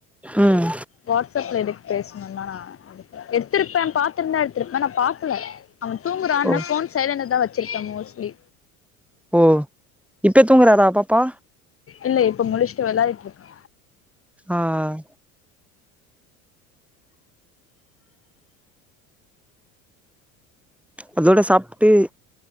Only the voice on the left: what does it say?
வாட்ஸ் அப்ல எதுக் பேசுணு தா நா எடுக்ல எடுத்திருப்பே பாத்துருந்தா எடுத்திருப்பேன் நா பக்கல அவ தூங்குறான்னு
ஃபோன் சைலன்ல தா வெ வெச்சுப மோஸ்ட்லி
இல்ல இப்ப முளுச்ட்டு வெளாடிட்டு இருக்கா